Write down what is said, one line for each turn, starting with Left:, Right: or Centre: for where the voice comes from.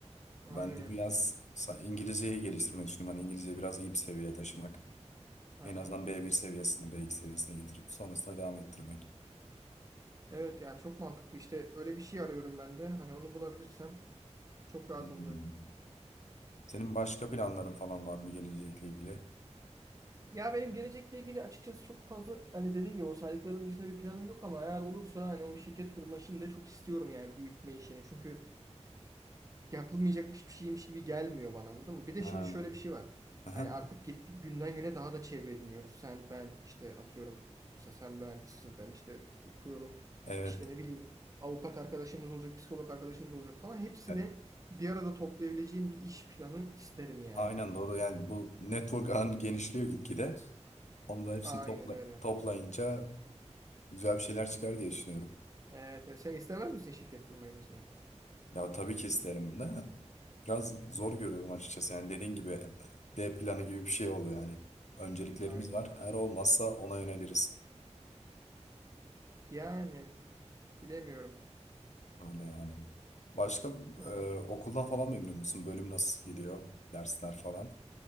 Right: Aynen.
Left: Ben de bu yaz sa- İngilizceyi geliştirmeyi düşünüyorum. Hani İngilizceyi biraz iyi bir seviyeye taşımak.
Right: Aha.
Left: En azından b bir seviyesine, B2 seviyesine getirip sonrasında devam ettirmek.
Right: Evet ya çok mantıklı. İşte öyle bir şey arıyorum ben de. Hani onu bulabilirsem çok rahat
Left: Hmm.
Right: olacak.
Left: Senin başka planların falan var mı gelecekle ilgili?
Right: Ya benim gelecekle ilgili açıkçası çok fazla hani dediğim gibi o saydıklarım dışında bir planım yok ama eğer olursa hani o şirket kurma işini de çok istiyorum yani büyütme işini. Çünkü yapılmayacakmış bir şeymiş gibi gelmiyor bana anladın mı? Bir de
Left: Ha.
Right: şimdi şöyle bir şey var.
Left: Aha.
Right: Hani artık gittik günden güne daha da çevre ediniyoruz. Sen ben işte atıyorum mesela sen mühendissin ben işte okuyorum
Left: Evet.
Right: işte ne bileyim avukat arkadaşımız olacak psikolog arkadaşımız olacak falan hepsine
Left: E,
Right: bir arada toplayabileceğim bir iş planı isterim yani.
Left: Aynen doğru. Yani bu network ağın genişliyor gitgide. Onu da hepsini
Right: Aynen
Left: topla
Right: öyle.
Left: toplayınca güzel bir şeyler çıkar diye düşünüyorum.
Right: Evet, evet. Sen istemez misin şirket kurmayı mesela?
Left: Ya tabii ki isterim de biraz zor görüyorum açıkçası. Yani dediğin gibi e, D planı gibi bir şey oluyor yani. Önceliklerimiz
Right: Aynen.
Left: var. Eğer olmazsa ona yöneliriz.
Right: Yani bilemiyorum.
Left: Öyle yani. Başka
Right: Öyle.
Left: e, okuldan falan memnun musun? Bölüm nasıl gidiyor? Dersler falan.